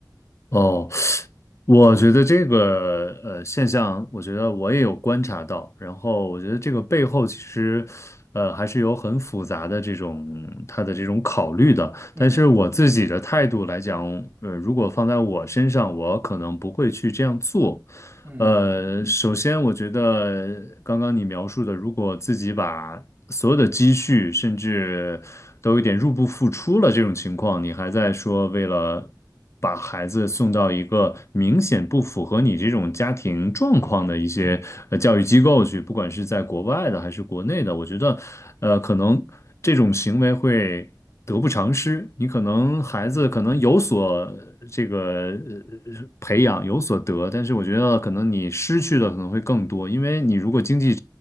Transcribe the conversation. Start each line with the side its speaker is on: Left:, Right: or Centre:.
Left: 哦，我觉得这个呃现象，我觉得我也有观察到，然后我觉得这个背后其实，呃，还是有很复杂的这种他的这种考虑的。但是我自己的态度来讲，
Right: 嗯
Left: 呃，如果放在我身上，我可能不会去这样做。
Right: 嗯嗯嗯
Left: 呃，首先我觉得刚刚你描述的，如果自己把所有的积蓄，甚至都有点入不敷出了这种情况，你还在说为了把孩子送到一个明显不符合你这种家庭状况的一些呃教育机构去，不管是在国外的还是国内的，我觉得，呃，可能这种行为会得不偿失。你可能孩子可能有所这个呃培养，
Right: 嗯
Left: 有所得，但是我觉得可能你失去的可能会更多，因为你如果经济